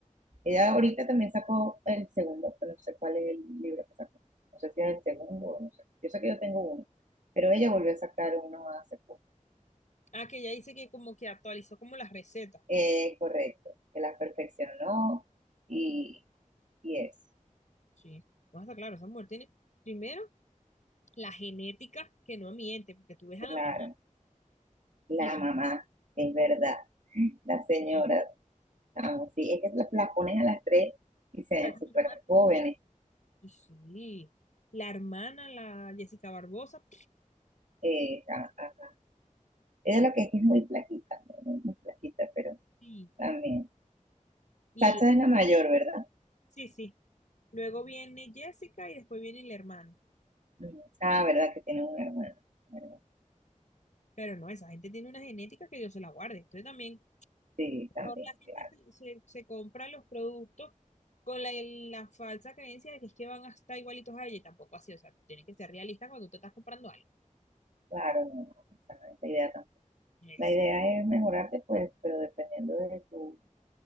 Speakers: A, on the right; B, on the left.
A: Ella ahorita también sacó el segundo, pero no sé cuál es el libro que sacó, no sé si es el segundo o no sé, yo sé que yo tengo uno, pero ella volvió a sacar uno hace poco.
B: Ah, que ella dice que como que actualizó como las recetas.
A: Eh, correcto, que la perfeccionó y, y eso,
B: Sí. No está claro, esa mujer tiene, primero, la genética que no miente, porque tú ves a
A: claro,
B: la mamá
A: la
B: y la
A: mamá, es verdad, la señora.
B: Sí.
A: Ah, sí, es que la- las ponen a las tres y se ven
B: Ah, mi
A: súper
B: hermana.
A: jóvenes.
B: Sí, sí. La hermana, la Jessica Barbosa.
A: Eh, ah, ah. Ella lo que es que es muy flaquita, ¿no? muy, muy flaquita, pero
B: Sí.
A: también.
B: Y
A: Sacha es la mayor, ¿verdad?
B: sí, sí. Luego viene Jessica y después viene el hermano.
A: Mm. Ah, ¿verdad? Que tiene una hermana. Bueno,
B: Pero no, esa gente tiene una genética que Dios se la guarde. Entonces también
A: Sí,
B: mejor
A: también,
B: la gente
A: claro.
B: se, se- se compra los productos con la, la falsa creencia de que es que van a estar igualitos a ella y tampoco así, o sea, tienes que ser realista cuando tú te estás comprando algo.
A: Claro, no, no, no, esa no es la idea tampoco.
B: Yes.
A: La idea es mejorarte, pues, pero dependiendo de tu,